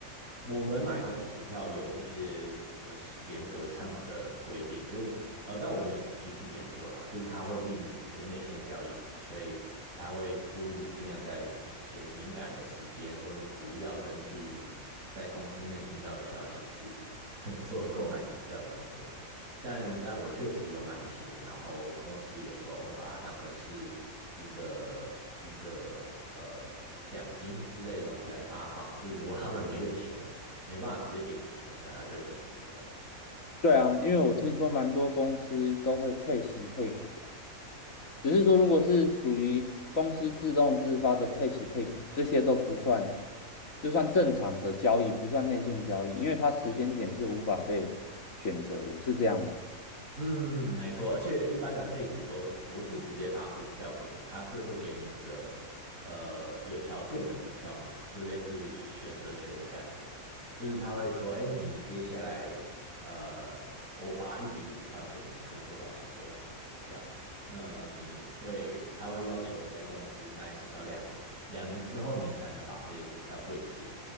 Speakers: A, on the right (about 70°); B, on the left (about 70°).
A: 我们买公司股票有一些呃是严格上的规定，就是呃，但我没有仔细去研究啦，就是它会避免一些内线交易嘛，所以它会呼吁你尽量在一些敏感的时间，或是不要根据你在公司内听到的消息去 <laughs> 做购买股票的动作。但但我确实有买一些，然后公司有时候会把它当成是一个一个呃奖金之类的东西来发放，就是如果他们没有钱，没办法直接给你钱，那他就会给你股票。
B: 对啊，因为我听说蛮多公司都会配息配股。只是说如果是属于公司自动自发的配息配股，这些都不算，就算正常的交易，不算内线交易，因为它时间点是无法被选择的，是这样吗？
A: 嗯，没错，而且一般的配股都是不是直接发股票给你，它是会给你一个呃有条件的股票嘛，就是类似选择权的感觉，就是他会说，哎，你接下来呃，我发一笔股票给你，可能多少钱多少钱的股票，那你会他会要求你在公司待至少两年，两年之后你才能把这些股票兑现，